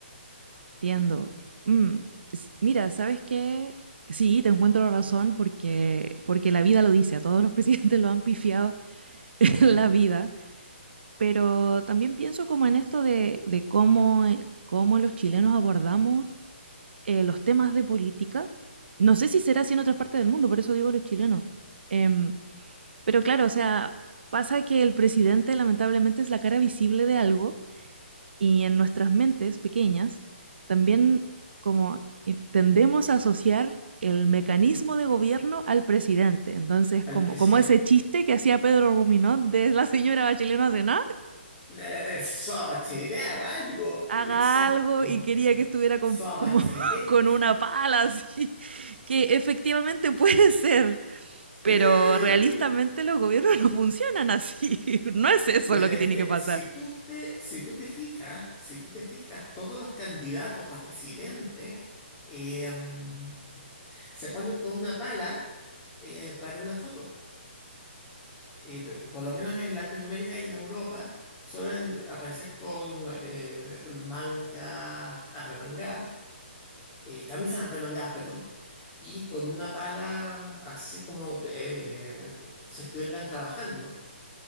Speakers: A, on the right (about 60°); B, on the left (about 15°).
A: Entiendo. Mm, s- Mira, ¿sabes qué? Sí, te encuentro la razón porque, porque la vida lo dice, a todos los <laughs> presidentes lo han pifiado <laughs> en
B: Ujú.
A: la vida, pero también pienso como en esto de, de cómo, eh, cómo los chilenos abordamos eh, los temas de política, no sé si será así en otras partes del mundo, por eso digo los chilenos, Em, pero claro, o sea, pasa que el presidente lamentablemente es la cara visible de algo y en nuestras mentes pequeñas también como tendemos a asociar el mecanismo de gobierno al presidente. Entonces,
B: Al
A: como,
B: presidente.
A: como ese chiste que hacía Pedro Ruminot de la señora Bachelet no hace nada,
B: Eh, Soa Bachelet, haga algo.
A: haga
B: Exacto.
A: algo y quería que estuviera con,
B: Soa
A: como
B: Bachelet.
A: <laughs> con una pala, así, que efectivamente puede ser, pero
B: <laughs>
A: realistamente
B: Pero,
A: los gobiernos no funcionan así, <laughs> no es eso
B: Pero
A: lo que
B: es
A: tiene
B: que
A: que pasar.
B: si tú te, si tú te fijas, si tú te fijas, todos los candidatos a presidente em, se ponen con una pala eh, para una foto. Eh, por lo menos en Latinoamérica y en Europa suelen aparecer con eh, mangas arremangadas, eh, camisas arremangadas, perdón, y con una pala así como eh, si estuvieran trabajando.